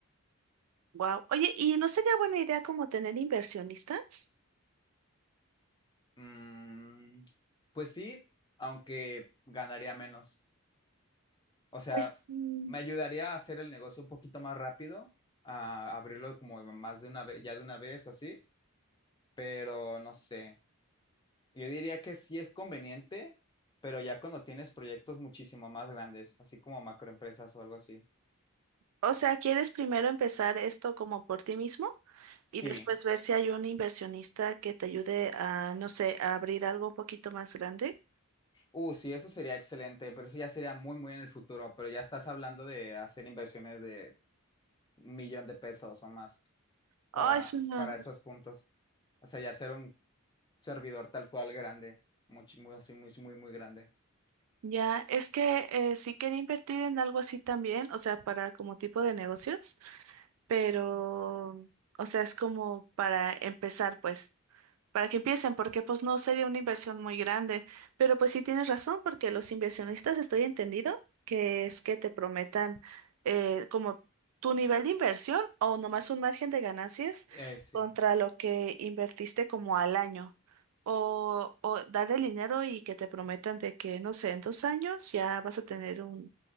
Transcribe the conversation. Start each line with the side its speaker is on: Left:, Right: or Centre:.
Right: Wow. Oye, ¿y no sería buena idea como tener inversionistas?
Left: Mm, pues sí, aunque ganaría menos. O sea,
Right: Pues, mm,
Left: me ayudaría a hacer el negocio un poquito más rápido, a abrirlo como más de una vez, ya de una vez o así, pero no sé. Yo diría que sí es conveniente, pero ya cuando tienes proyectos muchísimo más grandes, así como macroempresas o algo así.
Right: O sea, ¿quieres primero empezar esto como por ti mismo
Left: Sí.
Right: y después ver si hay un inversionista que te ayude a, no sé, a abrir algo un poquito más grande?
Left: Uh, sí, eso sería excelente, pero eso ya sería muy, muy en el futuro, pero ya estás hablando de hacer inversiones de un millón de pesos o más.
Right: Ah,
Left: para,
Right: es una,
Left: para esos puntos. O sea, ya ser un servidor tal cual grande, much- muy, así, muy, muy, muy grande.
Right: ya, es que eh, sí quería invertir en algo así también, o sea, para como tipo de negocios, pero, o sea, es como para empezar, pues. para que empiecen, porque pues no sería una inversión muy grande. Pero pues sí tienes razón, porque los inversionistas estoy entendido que es que te prometan eh, como tu nivel de inversión o nomás un margen de ganancias
Left: Eh, sí.
Right: contra lo que invertiste como al año. O, o dar el dinero y que te prometan de que, no sé, en dos años ya vas a tener un,